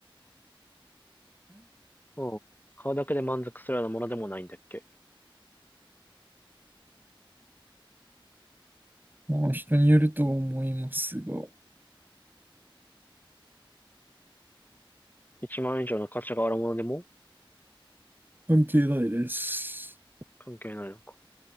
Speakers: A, on the left (about 20°); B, on the right (about 20°).
A: うん。買うだけで満足するようなものでもないんだっけ
B: まあ、人によると思いますが、
A: ?1 万円以上の価値があるものでも
B: 関係ないです。
A: 関係ないのか。